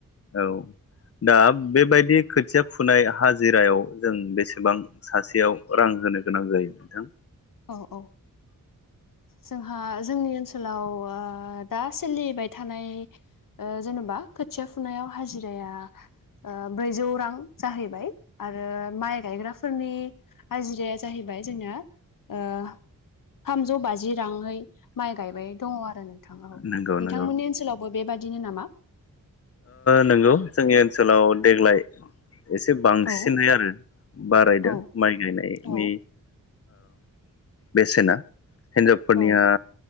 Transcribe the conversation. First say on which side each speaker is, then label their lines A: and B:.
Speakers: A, on the left; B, on the left.
A: औ दा बेबायदि खोथिया फुनाय हाजिरायाव जों बेसेबां सासेयाव रां होनो गोनां जायो नोंथां
B: औ औ जोंहा जोंनि ओनसोलाव दा सोलिबाय थानाय जेन'बा खोथिया फुनायाव हाजिराया ब्रैजौ रां जाहैबाय आरो माइ गायग्राफोरनि हाजिराया जाहैबाय जोंना ओ थामजौ बाजि राङै माइ गायबाय दङ आरो नोंथाङाव
A: नंगौ
B: नोंथांमोननि
A: नंगौ
B: ओनसोलाव बब बेबायादिनो नामा?
A: नंगौ जोंनि ओनसोलाव देग्लाय एसे बांसिनहै
B: औ
A: आरो बारायदों
B: औ
A: माइ गायनायनि
B: औ
A: बेसेना हिन्जावफोरनिया
B: औ